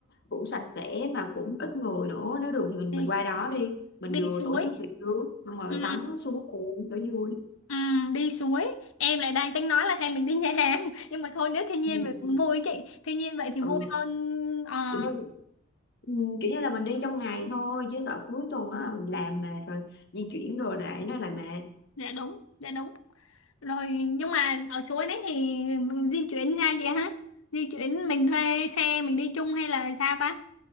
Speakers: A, on the left (about 55°); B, on the left (about 85°).
A: cũng sạch sẽ mà cũng ít người nữa nếu được thì mình
B: đi,
A: mình qua đó đi mình
B: đi
A: vừa
B: suối.
A: tổ chức tiệc cưới xong rồi
B: Ừ.
A: tắm suối luôn để vui
B: Ừ, đi suối em lại đang tính nói là hay mình đi nhà hàng <laughs> nhưng mà thôi nếu thiên nhiên
A: ừ.
B: vậy cũng vui ấy chị thiên nhiên vậy thì
A: Ừ.
B: vui hơn ờ
A: kiểu như ừ, kiểu như là mình đi trong ngày thôi chứ sợ cuối tuần á mình làm mệt rồi di chuyển rồi lại nó lại mệt
B: dạ đúng dạ đúng rồi nhưng mà ở suối đấy thì di chuyển ra chị hả di chuyển mình thuê xe mình đi chung hay là sao ta